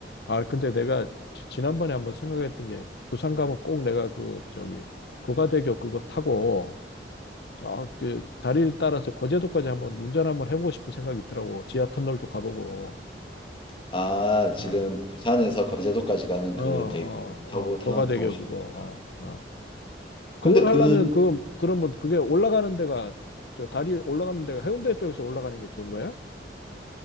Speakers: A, on the left; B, on the left.
A: 아, 근데 내가 지- 지난번에 한번 생각했던 게, 부산 가면 꼭 내가 그, 저기, 고가대교 그거 타고, 저, 그, 다리를 따라서 거제도까지 한번 운전 한번 해보고 싶은 생각이 있더라고. 지하 터널도 가보고,
B: 아, 지금
A: 어,
B: 부산에서 거제도까지 가는
A: 어,
B: 그
A: 어,
B: 대교 타고
A: 어,
B: 터널도
A: 고가대교
B: 타고 싶다.
A: 그거, 어, 어. 그걸
B: 근데
A: 하려면
B: 그,
A: 그 그러면 그게 올라가는 데가 저 다리 올라가는 데가 해운대 쪽에서 올라가는 게 좋은 거야?